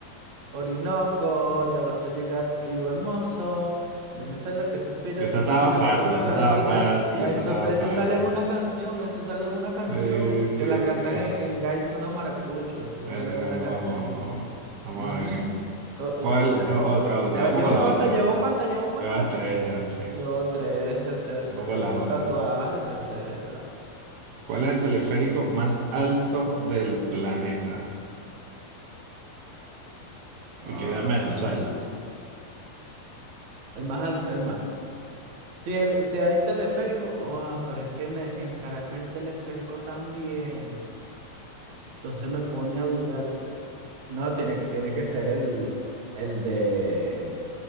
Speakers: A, on the right; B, on the right.
A: Orinoco, ya vas a llegar, Río Hermoso, Venezuela que suspira,
B: Esa
A: que
B: estaba
A: suspira
B: fácil,
A: como un órgano,
B: esa estaba
A: ¿viste?
B: fácil,
A: Eso,
B: esa estaba
A: eso
B: fácil.
A: sale en una canción, eso sale en una canción,
B: Sí, sí,
A: que la cantan
B: sí.
A: en, en gaita unos maracuchos, eso
B: Bueno,
A: sale en
B: bueno,
A: una canción.
B: vamos, vamos, vamos. Vamos
A: Ujú.
B: a ver.
A: O- o-
B: ¿Cuál?
A: ya,
B: O- Otra, otra,
A: ya,
B: vamos
A: ¿llevó
B: con la
A: cuántas?
B: otra.
A: ¿Llevó cuántas? ¿Llevó cuántas?
B: Llevas tres, llevas tres.
A: Llevó tres, se, se-
B: Vamos
A: se acerca
B: con la otra.
A: el tatuaje, se acerca.
B: ¿Cuál es el teleférico más alto del planeta?
A: Ah,
B: Y queda en Venezuela.
A: el más alto, el más. Si, el, si hay teleférico, oh, pero es que en, e- en Caracas hay teleférico también. Entonces me pone a dudarte. No, tiene, que- tiene que ser el, el de,